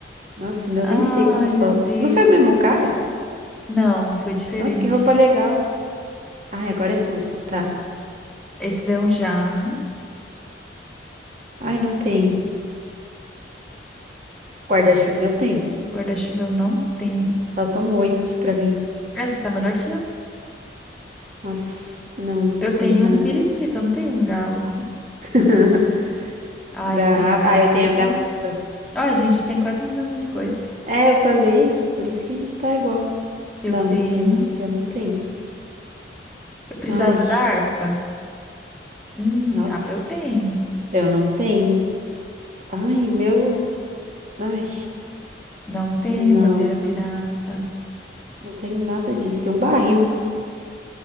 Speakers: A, on the right (about 45°); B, in the centre.
A: Nossa, meu,
B: Ai,
A: nem sei quantos
B: meu
A: faltam.
B: Deus.
A: Não foi o mesmo cara?
B: Não, foi diferente.
A: Nossa, que roupa legal. Ai, agora é tudo, tá.
B: Esse deu um jarro.
A: Ai, não tenho. Guarda-chuva eu tenho.
B: Guarda-chuva eu não tenho.
A: Faltam oito pra mim.
B: Essa tá melhor que eu.
A: Nossa, não,
B: Eu
A: não tenho
B: tenho
A: nada.
B: um periquito, eu não tenho um galo.
A: <laughs>
B: Ah,
A: Garrafa.
B: eu tenho a garrafa.
A: Ah, eu tenho a garrafa.
B: Ó, a gente tem quase as mesmas coisas.
A: É, eu falei, por isso que a gente tá igual.
B: Eu
A: Não,
B: tenho.
A: melancia não tem.
B: Eu precisava
A: Ai,
B: da harpa. Hum,
A: nossa,
B: o sapo eu tenho.
A: eu não tenho. Ai, o meu. Ai,
B: Não tenho
A: não,
B: bandeira pirata.
A: não tenho nada disso. Tem um barril.